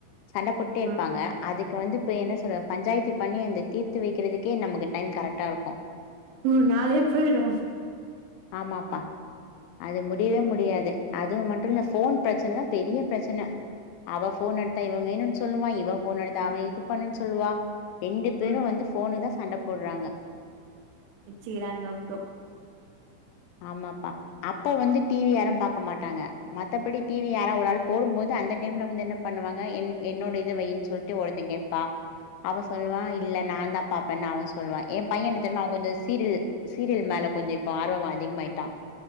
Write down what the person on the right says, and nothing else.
ஆ
ம் நாளே போயிரு
ம்
அச்சிகிறாங்க அப்றோ